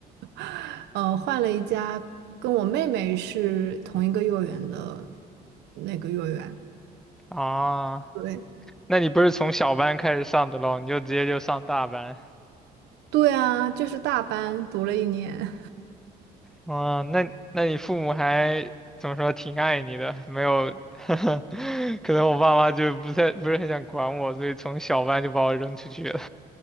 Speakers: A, on the right; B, in the centre.
A: <laughs> 呃，换了一家跟我妹妹是同一个幼儿园的那个幼儿园。
B: 啊，
A: 对，
B: 那你不是从小班开始上的咯？你就直接就上大班？
A: 对啊，就是大班读了一年。
B: 啊，那那你父母还怎么说，挺爱你的，没有，<laughs> 可能我爸妈就不太不是很想管我，所以从小班就把我扔出去了